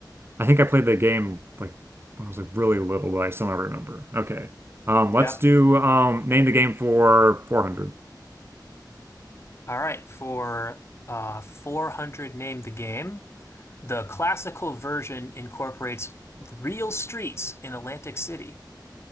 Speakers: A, on the right; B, on the left.
A: I think I played the game like when I was like really little, but I somehow remember. Okay. Um, let's
B: Yep.
A: do um name the game for 400.
B: All right. For uh, 400 Name the Game, the classical version incorporates real streets in Atlantic City.